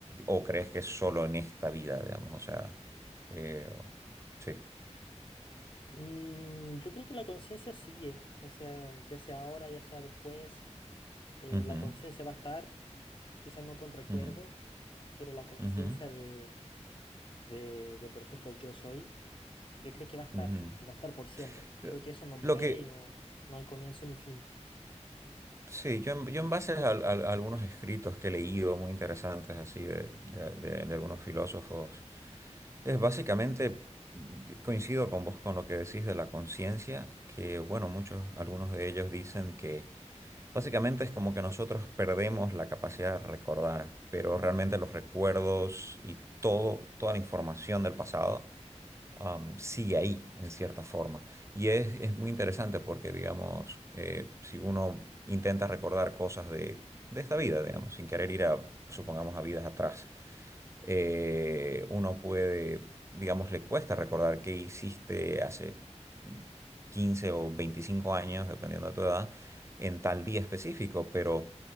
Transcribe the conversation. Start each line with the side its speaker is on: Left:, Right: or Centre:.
Right: o crees que es solo en esta vida, digamos, o sea, eh, o- sí.
Left: Mm, yo creo que la conciencia sigue, o sea, ya sea ahora, ya sea después, eh,
Right: Ujú,
Left: la conciencia va a estar, quizás no con recuerdos,
Right: ujú,
Left: pero la conciencia
Right: ujú,
Left: de, de, de, por ejemplo, yo soy. Yo creo que va a estar,
Right: ujú.
Left: y va a estar por siempre.
Right: Lo
Left: Creo que eso no muere
Right: lo que,
Left: y no, no hay comienzo ni fin.
Right: Sí, yo en, yo en base a, a- a algunos escritos que he leído muy interesantes así de, de- de- de algunos filósofos, es básicamente mm, coincido con vos con lo que decís de la conciencia, que bueno, muchos, algunos de ellos dicen que básicamente es como que nosotros perdemos la capacidad de recordar, pero realmente los recuerdos y todo, toda la información del pasado am, sigue ahí en cierta forma. Y es, es muy interesante porque, digamos, eh, si uno intenta recordar cosas de, de esta vida, digamos, sin querer ir a, supongamos, a vidas atrás, eh, uno puede, digamos, le cuesta recordar qué hiciste hace 15 o 25 años, dependiendo de tu edad, en tal día específico, pero